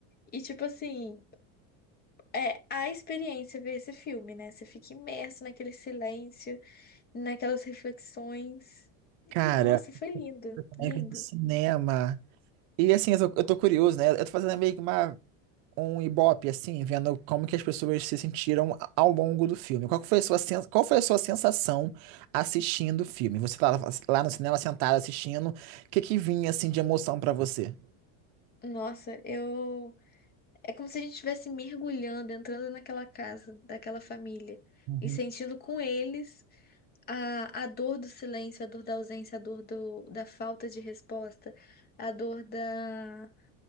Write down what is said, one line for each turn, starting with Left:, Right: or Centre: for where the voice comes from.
Left: e, tipo assim, é a experiência ver esse filme, né? Você fica imerso naquele silêncio, naquelas reflexões.
Right: Cara,
Left: Nossa, foi lindo,
Right: como
Left: lindo.
Right: é que é no cinema? E assim, eu tô, eu tô curioso, né? Eu tô fazendo meio que uma, um ibope, assim, vendo como que as pessoas se sentiram a- ao longo do filme. Qual que foi a sua, sen- qual foi a sua sensação assistindo o filme? Você tá lá, lá no cinema sentado assistindo, o que que vinha assim de emoção pra você?
Left: Nossa, eu. É como se a gente estivesse mergulhando, entrando naquela casa, daquela família
Right: Uhum.
Left: e sentindo com eles. A, a dor do silêncio, a dor da ausência, a dor do, da falta de resposta, a dor da,